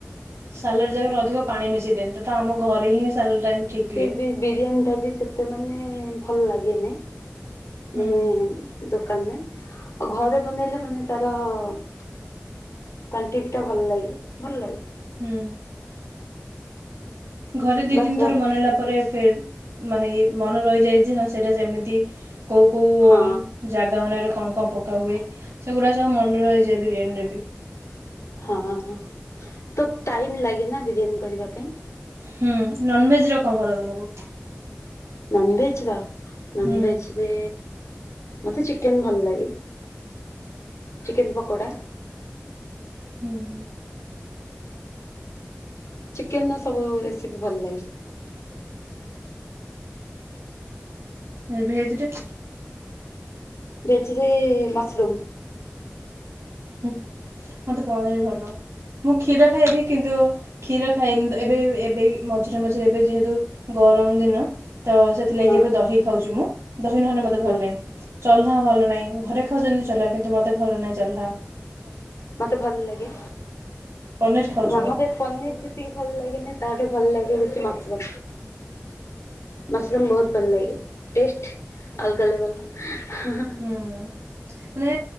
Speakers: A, on the right (about 85°); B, on the left (about 85°).
A: ସାଲାଡ ଜାଗରେ ଅଧିକ ପାଣି ମିସେଇ ଦିଅନ୍ତୀ ତ ଆମ ଘରେ ହିଁ ଟାଇମ୍ ଠିକ୍
B: ଫିର୍
A: ହୁଏ।
B: ବି ବିରିୟାନୀ ଟା ବି ସେ ତେ ମାନେ ଭଲ ଲାଗେନି
A: ହୁଁ
B: ମାନେ ଦୋକାନରେ ଆଉ ଘରେ ବନେଇଲେ ମାନେ ତାର କ୍ଵଣ୍ଟିଟି ଟା ଭଲ ଲାଗେ ଭଲ ଲାଗେ।
A: ହୁଁ। ଘରେ ଦି
B: ବାସ୍
A: ଦିନ ଥର
B: ଭଲ
A: ମନେଇଲା ପରେ ସେ ମାନେଇ ମନ ରହିଯାଇଛି ସେଇଟା ସେମିତି କେଉଁ କେଉଁ
B: ହଁ
A: ଜାଗା ମାନର କଣ କଣ ପକା ହୁଏ ସେଗୁଡ଼ା ସବୁ ମନେ ରହିଯାଏ ବିରିୟାନୀରେ ବି
B: ହଁଁ ହ ତ ଟାଇମ ଲାଗେ ନା ବିରିୟାନୀ କରିବା ପାଇଁ।
A: ହୁଁ ନନଭେଜ ର କଣ ଭଲ ତମକୁ?
B: ନନଭେଜ ର ନନ୍ଭେଜ
A: ହୁଁ
B: ରେ ମତେ ଚିକେନ ଭଲ ଲାଗେ ଚିକେନ ପକୋଡା
A: ହୁଁ ହୁଁ।
B: ଚିକେନ ର ସବୁ ରେସିପି ଭଲ ଲାଗେ।
A: ଭେଜ ରେ
B: ବେଚରେ ମଶରୁମ-
A: ହୁଁ ମଁ ତେ ପାନ ଭରଲ- ମୁଁ କ୍ଷୀର ଖାଇନି କିନ୍ତୁ କ୍ଷୀର ଖାଇନି ଏବେ ଏବେ ମଝିରେ ମଝିରେ ଏବେ ଯେହେତୁ ଗରମ ଦିନ ତ ସେଥିଲାଗି
B: ହଁ
A: ଏବେ ଦହି ଖାଉଛି ମୁଁ ଦହି ନହେଲେ ମୋତେ
B: ହଁ
A: ଭଲ ନାହିଁ ଚଲା ଭଲ ନାହିଁ ଘରେ ଖାଉଛନ୍ତି ଚ କିନ୍ତୁ ତୁ ମତେ ଭଲ ନାଇଁ ଚାଲ୍
B: ମତେ ଭଲ ଲାଗେ
A: ପନିର ଖାଉଛି
B: ନା ମତେ
A: ମୁଁ
B: ପନିର ଯେତିକି ଭଲ ଲାଗେନି ତାଠ ଭଲ ଲାଗେ ବେଶୀ, ମସୃମ, ମସୃମ ବହୁତ ଭଲ ଲାଗେ ଟେଷ୍ଟ ଅଲଗା ଲେବେଲ ହ
A: ହୁଁ ମାନେ